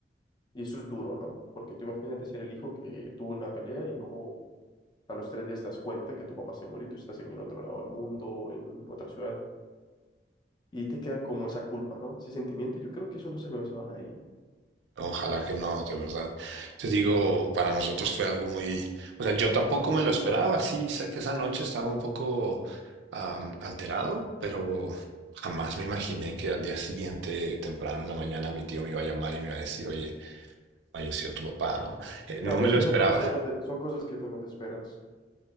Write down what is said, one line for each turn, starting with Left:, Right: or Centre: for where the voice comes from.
Left: Y eso es duro, ¿no? Porque tú imagínate ser el hijo que tuvo una pelea y luego a los tres días te das cuenta que tu papá se murió y tú estás en el otro lado del mundo, en otra ciudad, y ahí te queda como esa culpa, ¿no? Ese sentimiento, yo creo que eso no se lo deseo a nadie.
Right: Ojalá que no, de verdad. Te digo, para nosotros fue algo muy, o sea, yo tampoco me lo esperaba. Sí, sé que esa noche estaba un poco am, alterado, pero jamás me imaginé que al día siguiente, temprano en la mañana, mi tío me iba a llamar y me iba a decir, oye, falleció tu papá, ¿no? Eh,
Left: Claro,
Right: no me
Left: es
Right: lo
Left: que
Right: esperaba,
Left: son cosas que no te- son cosas que tú no te esperas.